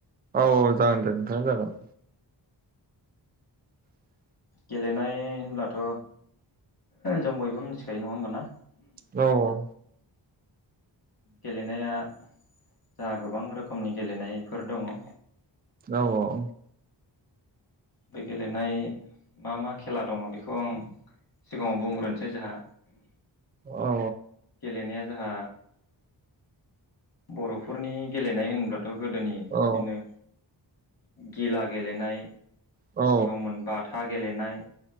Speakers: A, on the right; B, on the left.
A: औ-औ जागोन दे नोंथाङा जागोन <inaudible> <unintelligible>
B: गेलेनाय होनब्लाथ' जों बयबो मिथिखायो नङा होमबाना?
A: औ
B: गेलेनाया जाहा गोबां रोखोमनि गेलेनायफोर दङ।
A: औ-औ
B: बे गेलेनाय मा मा खेला दङ बेखौ आं सिगाङाव बुंग्रोनसै जोंहा
A: औ
B: गेलेनाया जोंहा बर'फोरनि गेलेनाय होनब्लाथ' गोदोनि बिदिनो
A: औ
B: गिला गेलेनो
A: औ
B: दंमोन बाथा गेलेनाय